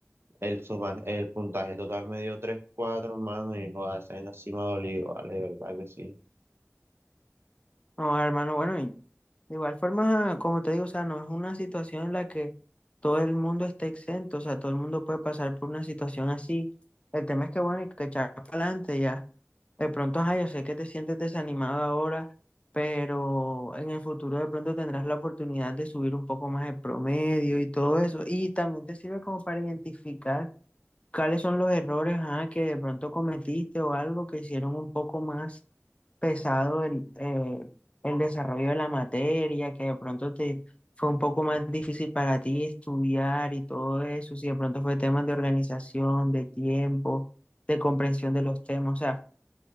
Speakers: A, on the right; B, on the left.
A: el, suma- el puntaje total me dio tres cuatro hermano, y joder, esa vaina sí me ha dolido, vale, de verdad que sí.
B: No, hermano, bueno, De igual forma, ah, como te digo, o sea, no es una situación en la que todo el mundo esté exento, o sea, todo el mundo puede pasar por una situación así. El tema es que, bueno, hay que echar para adelante ya. De pronto, ajá, yo sé que te sientes desanimado ahora, pero en el futuro de pronto tendrás la oportunidad de subir un poco más el promedio y todo eso. Y también te sirve como para identificar cuáles son los errores, ajá, que de pronto cometiste o algo que hicieron un poco más pesado el, eh, el desarrollo de la materia, que de pronto te fue un poco más difícil para ti estudiar y todo eso, si de pronto fue temas de organización, de tiempo, de comprensión de los temas, o sea,